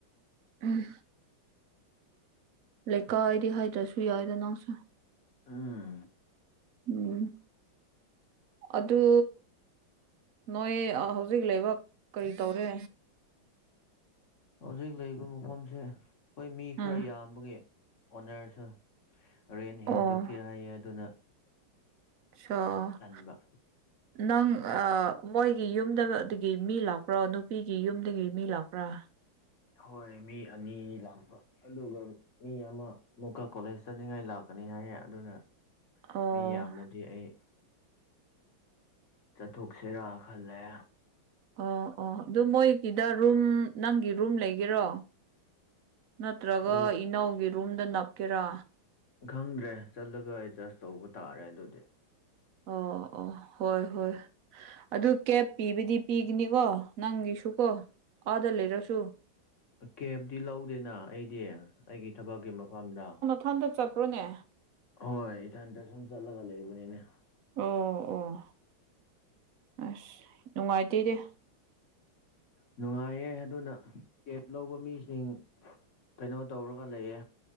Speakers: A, on the right; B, on the left.
A: ꯎꯝ ꯂꯩꯀꯥꯏꯗꯤ ꯍꯥꯏꯗ꯭ꯔꯁꯨ ꯌꯥꯏꯗ ꯅꯪꯁꯨ
B: ꯎꯝ
A: ꯎꯝ ꯑꯗꯨ ꯅꯣꯏ ꯍꯧꯖꯤꯛ ꯂꯩꯕꯥꯛ ꯀꯔꯤ ꯇꯧꯔꯦ
B: ꯍꯧꯖꯤꯛ ꯂꯩꯔꯤꯕ ꯃꯐꯝꯁꯦ ꯑꯩꯈꯣꯏ ꯃꯤ ꯈꯔ
A: ꯎꯝ
B: ꯌꯥꯝꯕꯒꯤ ꯑꯣꯅꯔꯁꯨ ꯔꯦꯟ ꯍꯤꯡꯒꯠꯀꯦ
A: ꯑꯣ
B: ꯍꯥꯏꯌꯦ ꯑꯗꯨꯅ
A: ꯑ
B: ꯇꯟꯕ
A: ꯅꯪ ꯃꯣꯏꯒꯤ ꯌꯨꯝꯗꯗꯒꯤ ꯃꯤ ꯂꯥꯛꯄ꯭ꯔꯣ ꯅꯨꯄꯤꯒꯤ ꯌꯨꯝꯗꯒꯤ ꯃꯤ ꯂꯥꯛꯄ꯭ꯔꯥ
B: ꯍꯣꯏ ꯃꯤ ꯑꯅꯤ ꯂꯥꯛꯄ ꯑꯗꯨꯒ ꯃꯤ ꯑꯃ ꯑꯃꯨꯛꯀ ꯀꯣꯂꯦꯖ ꯆꯠꯅꯤꯡꯉꯥꯏ ꯂꯥꯛꯀꯅꯤ ꯍꯥꯏꯌꯦ ꯑꯗꯨꯅ
A: ꯑꯣ
B: ꯃꯤ ꯌꯥꯝꯅꯗꯤ ꯑꯩ ꯆꯠꯊꯣꯛꯁꯤꯦꯔꯥ ꯈꯜꯂꯦ
A: ꯑꯣ ꯑꯣ ꯑꯗꯨ ꯃꯣꯏꯒꯤꯗ ꯔꯨꯝ ꯅꯪꯒꯤ ꯔꯨꯝ ꯂꯩꯒꯦꯔꯣ ꯅꯠꯇ꯭ꯔꯒ
B: ꯑꯗꯨ
A: ꯏꯅꯧꯒꯤ ꯔꯨꯝꯗ ꯅꯞꯀꯦꯔꯥ
B: ꯈꯪꯗ꯭ꯔꯦ ꯆꯠꯂꯒ ꯑꯦꯗꯖꯁ ꯇꯧꯕ ꯇꯥꯔꯦ ꯑꯗꯨꯗꯤ
A: ꯑꯣ ꯑꯣ ꯍꯣꯏ ꯍꯣꯏ ꯑꯗꯨ ꯀꯦꯞ ꯄꯤꯕꯗꯤ ꯄꯤꯒꯅꯤꯀꯣ ꯅꯪꯒꯤꯁꯨꯀꯣ ꯑꯥꯗ ꯂꯩꯔꯁꯨ
B: ꯀꯦꯞꯇꯤ ꯂꯧꯗꯦꯅ ꯑꯩꯗꯤ ꯑꯩꯒꯤ ꯊꯕꯛꯀꯤ ꯃꯐꯝꯗ
A: ꯍꯟꯗ ꯆꯠꯄ꯭ꯔꯣꯅꯦ
B: ꯍꯣꯏ ꯍꯣꯏ ꯏꯊꯟꯇ ꯁꯨꯝ ꯆꯠꯂꯒ ꯂꯩꯕꯅꯤꯅꯦ
A: ꯑꯣ ꯑꯣ ꯑꯁ ꯅꯨꯡꯉꯥꯏꯇꯦꯗꯤ
B: ꯅꯨꯡꯉꯥꯏꯌꯦ ꯑꯗꯨꯅ ꯀꯦꯕ ꯂꯧꯕ ꯃꯤꯁꯤꯡ ꯀꯩꯅꯣ ꯇꯧꯔꯒ ꯂꯩꯌꯦ